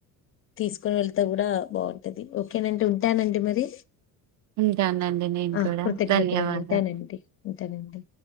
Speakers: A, on the left; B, on the right.
A: తీస్కొని వెళ్తా గూడా బావుంటది ఓకేనండి ఉంటానండి మరి
B: ఇంకాందండి నేను
A: ఆ
B: కూడా
A: కృతజ్ఞతలండి
B: ధన్యవాదాలు
A: ఉంటనంటి ఉంతానండి